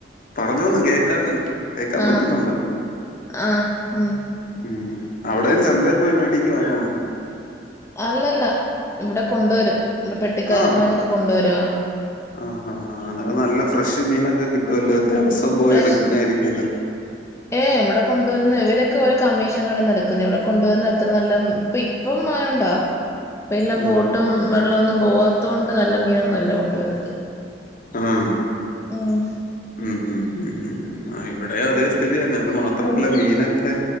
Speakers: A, on the left (about 50°); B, on the left (about 15°).
A: പറഞ്ഞോന്ന് കേക്കാന്ന് കേക്കാൻ
B: ആഹ്
A: പറ്റുന്നുണ്ട്
B: ആഹ് ഉം
A: ഉം അവിടയും ചന്തയിൽ പോയി മേടിക് വാണോ
B: അല്ലല്ല ഇവിടെ കൊണ്ടുവരും ഇവിടെ പെട്ടിക്കാരന്മാരൊക്കെ
A: ആഹ്
B: കൊണ്ടുവരും ആ
A: ആ ഹ് ഹ അന്നേരം നല്ല ഫ്രഷ് മീനൊക്കെ കിട്ടുവല്ലോ ദിവസം പോയി
B: ഫ്രഷ്
A: എടുക്കുന്നതായിരിക്കുവല്ലോ
B: ഏയ് ഇവിടെ കൊണ്ടുവരുന്ന ഇവരൊക് <unintelligible> കമ്മീഷൻ കടന്ന് എടുക്കുന്നു ഇവിടെ കൊണ്ടുവരുന്ന എത്ര നല്ല ഇപ്പ ഇപ്പം മയൊണ്ടാ ഇപ്പ ഇല്ല
A: ഉം
B: ബോട്ടും വെള്ളമ ഒന്നും പോവാത്ത കൊണ്ട് നല്ല മീനൊന്നും അല്ല കൊണ്ടുവരുന്നത്
A: ആഹ്
B: ഉം
A: ഉം ഹും ഉം ഉം ഉം ആ ഇവിടെ അതേ സ്ഥിതി തന്നെ അത് മാത്രല്ല മീനൊക്കെ